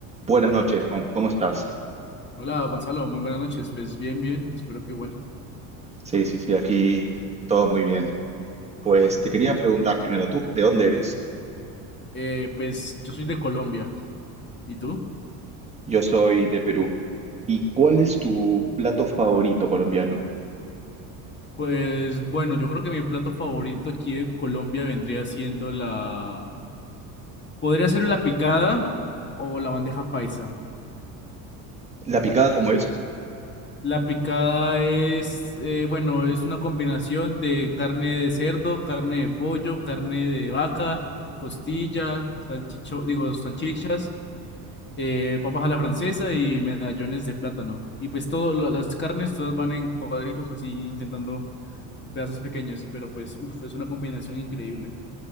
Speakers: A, on the right; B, on the left.
A: Buenas noches, Juan. ¿Cómo estás?
B: Hola Gonzalo, muy buenas noches. Pues bien, bien, espero que igual.
A: Sí, sí, sí, aquí todo muy bien. Pues te quería preguntar primero, ¿tú de dónde eres?
B: Eh, pues yo soy de Colombia. ¿Y tú?
A: Yo soy de Perú. ¿Y cuál es tu plato favorito colombiano?
B: Pues bueno, yo creo que mi plato favorito aquí en Colombia vendría siendo la... Podría ser la picada o la bandeja paisa.
A: ¿La picada cómo es?
B: La picada es, eh, bueno, es una combinación de carne de cerdo, carne de pollo, carne de vaca, costilla, salchicho, digo, salchichas. eh, papas a la francesa y medallones de plátano. Y pues todas las carnes, todas van en cuadritos o así, intentando pedazos pequeños, y, pero pues, uff, es una combinación increíble.